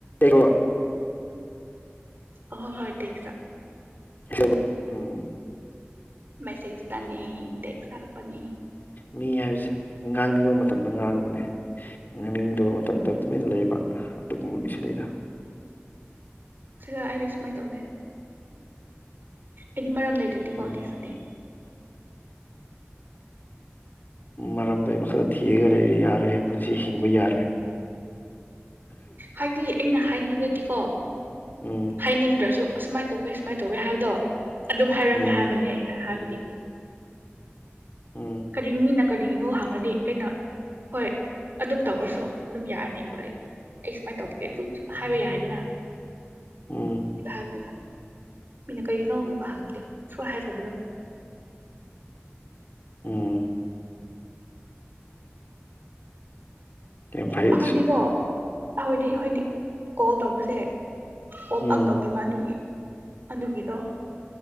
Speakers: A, on the left (about 45°); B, on the right (about 50°).
A: ꯀ
B: ꯑꯣ ꯍꯣꯏ ꯇ ꯆꯥ
A: ꯁꯕ ꯎꯝ
B: ꯃꯦꯁꯦꯖ ꯇꯅꯤ ꯇꯦꯛꯁ ꯊꯥꯔꯛꯄꯅꯤ
A: ꯃꯤ ꯍꯥꯏꯕꯁꯦ ꯉꯥꯡꯅꯤꯡꯕ ꯃꯇꯝ ꯃꯇꯝꯗ ꯉꯥꯡꯕꯅꯦ ꯉꯥꯡꯅꯤꯡꯗꯕ ꯃꯇꯝꯗ ꯇꯨꯃꯤꯟꯅ ꯂꯩꯕ ꯑꯗꯨꯒꯨꯝꯕ ꯃꯤꯁꯨ ꯂꯩꯗ
B: ꯁꯤꯔ ꯑꯩꯗꯤ ꯁꯨꯃꯥꯏꯅ ꯇꯧꯗꯦ ꯎꯝ ꯃꯔꯝ ꯂꯩꯗ꯭ꯔꯗꯤꯀꯣ
A: ꯎꯝ
B: ꯗꯦꯛꯁꯥꯗꯦ
A: ꯃꯔꯔꯝꯗꯏ ꯃꯈ ꯊꯦꯒꯔ ꯂꯩ ꯌꯥꯔ ꯄꯨꯣꯟꯁꯤ ꯍꯤꯡꯕ ꯌꯥꯔ
B: ꯍꯥꯏꯗꯤ ꯑꯩꯅ ꯍꯥꯏꯅꯤꯡꯉꯗꯤꯀꯣ
A: ꯎꯝ
B: ꯍꯥꯏꯅꯤꯡꯗ꯭ꯔꯁꯨ ꯑꯨꯃꯥꯏꯅ ꯇꯧꯒꯦ ꯁꯨꯃꯥꯏ ꯇꯧꯦ ꯍꯥꯏꯕꯗꯣ ꯑꯗꯨꯝ ꯍꯥꯏꯔꯝꯃꯦ
A: ꯎꯝ
B: ꯍꯥꯏꯕꯅꯦ ꯑꯩ ꯍꯥꯏꯕꯅꯤ <inaudible>
A: ꯎꯝ
B: ꯀꯔꯤꯃꯤ ꯅ ꯀꯔꯤꯒꯤꯅꯣ ꯍꯥꯡꯉꯗꯤ ꯑꯩꯅ ꯍꯣꯏ ꯑꯗꯨꯝ ꯇꯧꯔ꯭ꯔꯁꯨ ꯑꯗꯨꯝ ꯌꯥꯔꯅꯤ ꯈꯣꯠꯂꯅꯤ ꯑꯩ ꯁꯨꯃꯥꯏꯅ ꯇꯧꯒꯦ ꯑꯗꯨꯝ ꯍꯥꯏꯕ ꯌꯥꯏꯗꯅ
A: ꯎꯝ
B: ꯊ ꯑꯗꯨꯗꯥ ꯃꯤꯅ ꯀꯔꯤꯅꯣ ꯑꯃꯨꯛꯀ ꯍꯪꯒꯂ ꯁꯣ ꯍꯥꯏꯕꯗꯣ
A: ꯑꯣꯝ ꯌꯥꯝ ꯐꯩ
B: ꯑꯩꯈꯣꯏꯗꯤꯀꯣ
A: ꯑꯗꯨꯁꯨ
B: ꯑꯩꯈꯣꯏꯗꯤ ꯑꯩꯈꯣꯏꯗꯤ ꯀꯣꯜ ꯇꯧꯕꯁꯦ ꯀꯣ
A: ꯎꯝ
B: ꯄꯥꯛ ꯇꯧꯒꯦ ꯃꯥꯗꯨꯒꯤ ꯑꯗꯨꯒꯤꯗꯣ